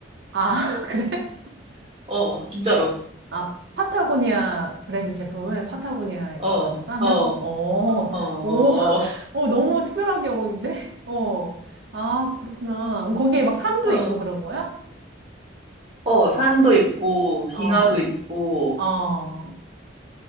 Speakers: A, on the right; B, on the right.
A: 아, <laughs> 그래?
B: 어, 진짜로.
A: 아, 파타고니아 브랜드 제품을 파타고니아에
B: 어,
A: 가서 싸면?
B: 어,
A: 어,
B: 어,
A: 오, <laughs> 어, 너무 특별한 경험인데? 어, 아, 그렇구나. 그럼 거기에 막 산도
B: 어,
A: 있고 그런 거야?
B: 어, 산도 있고, 빙하도
A: 어,
B: 있고,
A: 어,